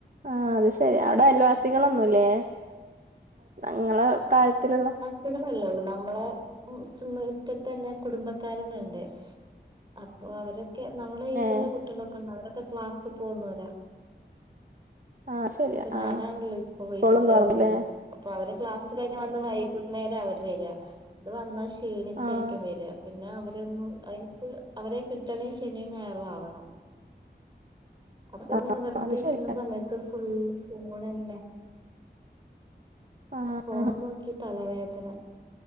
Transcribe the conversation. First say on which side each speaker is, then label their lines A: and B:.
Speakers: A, on the right; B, on the right.
A: ആഹ് അത് ശരിയ അവിടെ അയൽവാസികളൊന്നുല്ലേ ഇങ്ങളെ പ്രായത്തിലുള്ള
B: കുട്ടികളല്ലൊള്ളൂ നമ്മളെ മിറ്റത്തെന്നെ കുടുംബക്കാരന്നെണ്ട് അപ്പൊ അവരൊക്കെ നമ്മളേജുള്ള
A: ഏഹ്
B: കുട്ടികളൊക്കെണ്ട് അവരൊക്കെ ക്ലാസ് പോകുന്നോരാ
A: ആഹ് ശെരിയാ
B: അപ്പൊ ഞാനാണ്ള്ളത്
A: ആഹ്
B: ഇപ്പൊ വീട്ട്ല്ള്ളത്
A: സ്കൂളും തുറന്നില്ലേ
B: അപ്പൊ അവര് ക്ലാസ് കഴിഞ്ഞ് വന്ന് വൈകുന്നേരാ അവര് വര അവര് വന്നാ ക്ഷീണിച്ചായിരിക്കും
A: ആഹ്
B: വര പിന്നെ അവരൊന്നും അതിനിപ്പ അവരെ കിട്ടണ ശനി ഞായറും ആവണം അപ്പൊ
A: ആഹ്
B: ഇങ്ങനെ വെറുതെ
A: അത്
B: ഇരിക്കുന്ന
A: ശെരിയാ
B: സമയത്ത് ഫുൾ ഫോൺന്നെ
A: ആഹ്
B: ഫോണ്
A: ആഹ്
B: നോക്കി തലവേദന